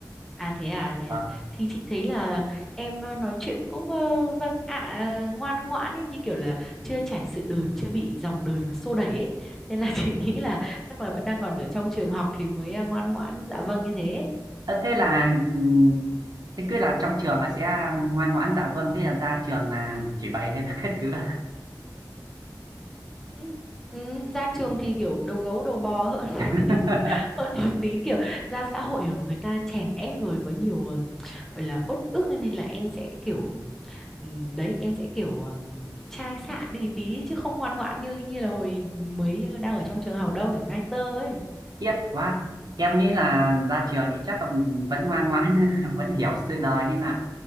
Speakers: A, in the centre; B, on the right.
A: À thế à, à, thế
B: vâng
A: à. Thì chị thấy là em ờ, nói chuyện cũng ờ, vâng ạ ờ, ngoan ngoãn ấy như kiểu là chưa trải sự đời, chưa bị dòng đời nó xô đẩy ấy. Nên là <laughs> chị nghĩ là chắc là vẫn đang còn ở trong trường học thì mới ờ, ngoan ngoãn dạ vâng như thế.
B: Ờ, thế là ừm, thế cứ là trong trường là sẽ ngoan ngoãn dạ vâng thế là ra trường là chỉ bày hay là các thứ ạ?
A: Ừ, ừ, ra trường thì kiểu đầu gấu đầu bò hơn <laughs>
B: <laughs>
A: hơn một tí kiểu ra xã hội ở người ta chèn ép rồi có nhiều ừm, gọi là uất ức nên là em sẽ kiểu ừm, đấy em sẽ kiểu ừm, chai sạn đi tí ấy, chứ không ngoan ngoãn như như là hồi mới ờ, đang ở trong trường học đâu kiểu nai tơ ấy
B: Tiếc quá em nghĩ là ra trường thì chắc là vẫn ngoan ngoãn <laughs> vẫn hiểu sự đời nhưng là